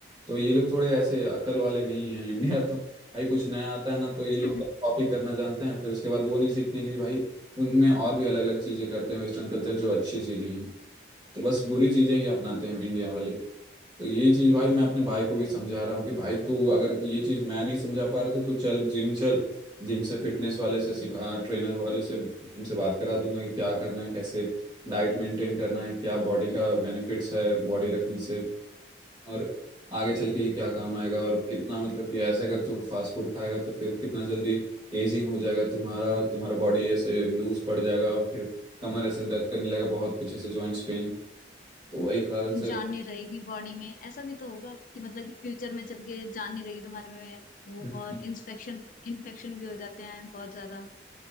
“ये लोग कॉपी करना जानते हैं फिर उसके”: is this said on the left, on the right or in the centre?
Right